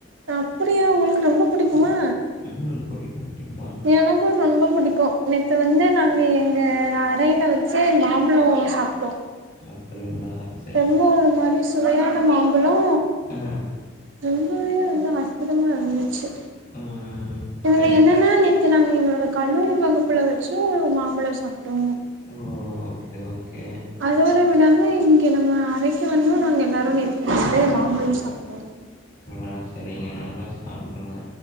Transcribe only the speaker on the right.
அப்டியா உங்களுக்கு ரொம்ப பிடிக்குமா
எனக்கு ரொம்ப பிடிக்கு நேற்று வந்து நாங்கள் எங்க அறையிலே வச்சி மாம்பழோ சாப்டோ
என்ன ஒரு மாதிரி சுவையான மாம்பழோ
ரொம்பவே வந்து அற்புதமாக இருந்துச்சி
இதுல
என்னன்னா
நேத்து நாங்க எங்களோட கல்லூரி வகுப்புல வச்சு மாம்பழோ சாப்டோ
அதோட விடாம இங்க நம்ம அறைக்கு வந்து நாங்க எல்லாரு நறைய மாம்பழோ சாப்டோ